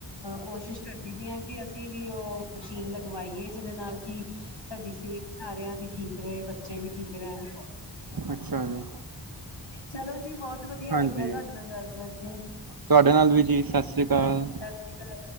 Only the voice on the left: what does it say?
ਕੋਸ਼ਿਸ਼ ਕਰਦੀ ਪਈ ਆ ਕਿ ਅਸੀਂ ਵੀ ਓ ਮਸ਼ੀਨ ਲਗਵਾਈਏ ਜੇਦੇ ਨਾਲ ਕਿ ਸਾਡੀ ਸਿਹਤ ਸਾਰਿਆਂ ਦੀ ਠੀਕ ਰਹੇ। ਬੱਚੇ ਵੀ ਠੀਕ ਰਹਿਣ
ਚਲੋ ਜੀ, ਬਹੁਤ ਵਧੀਆ,
ਲੱਗਿਆ ਤੁਹਾਡੇ ਨਾਲ ਗੱਲ ਕਰਕੇ
ਸਤਿ ਸ੍ਰੀ ਅਕਾਲ